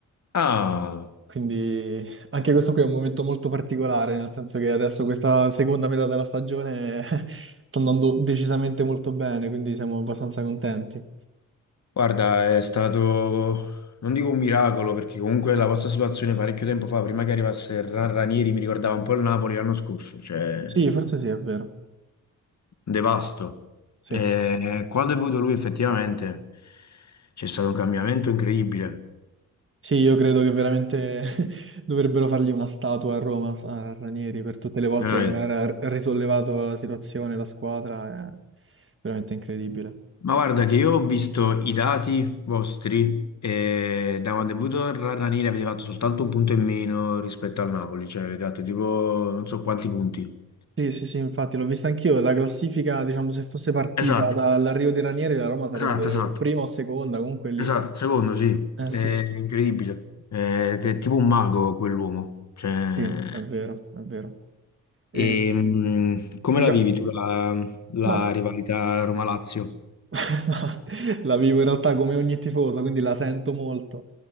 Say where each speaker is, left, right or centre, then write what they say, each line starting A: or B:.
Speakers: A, on the left; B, on the right.
A: Ah!
B: quindi anche questo qui è un momento molto particolare, nel senso che adesso questa seconda metà della stagione <laughs> sta andando decisamente molto bene, quindi siamo abbastanza contenti.
A: Guarda, è stato, non dico un miracolo, perché comunque la vostra situazione parecchio tempo fa, prima che arrivasse Ra- Ranieri, mi ricordava un po' il Napoli l'anno scorso, cioè un
B: Sì, forse sì, è vero.
A: devasto. E
B: Sì.
A: quando è venuto lui effettivamente c'è stato un cambiamento incredibile,
B: Sì, io credo che veramente <laughs> dovrebbero fargli una statua a Roma, a Ranieri, per tutte le volte
A: veramente.
B: che ha risollevato la situazione, la squadra, è veramente incredibile.
A: Ma guarda che io ho visto i dati vostri e da quando è venuto Ra- Ranieri avete fatto soltanto un punto in meno rispetto al Napoli, cioè avete fatto tipo non so quanti punti.
B: Sì, sì, sì, infatti l'ho vista anch'io, la classifica, diciamo, se fosse partita
A: Esatto,
B: dall'arrivo di Ranieri, la Roma sarebbe
A: esatto, esatto.
B: o prima o seconda, comunque lì.
A: Esatto, secondo sì,
B: Eh
A: è
B: sì,
A: incredibile. È, è
B: sì,
A: tipo un mago quell'uomo. Cioè,
B: sì, è vero, è vero. E,
A: e, mh, come
B: diciamo,
A: la vivi tu la, la
B: ma
A: rivalità Roma-Lazio?
B: <laughs> La vivo in realtà come ogni tifoso, quindi la sento molto.